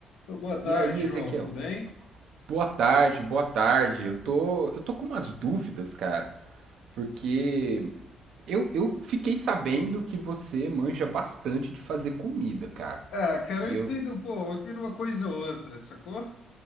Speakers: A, on the left; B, on the right.
A: Pô, Boa tarde,
B: E aí,
A: João.
B: Ezequiel?
A: Tudo bem?
B: Boa tarde, boa tarde. Eu tô, eu tô com umas dúvidas, cara, porque eu, eu fiquei sabendo que você manja bastante de fazer comida, cara.
A: Ah, cara,
B: E
A: eu entendo,
B: eu,
A: pô, eu entendo uma coisa ou outra, sacou?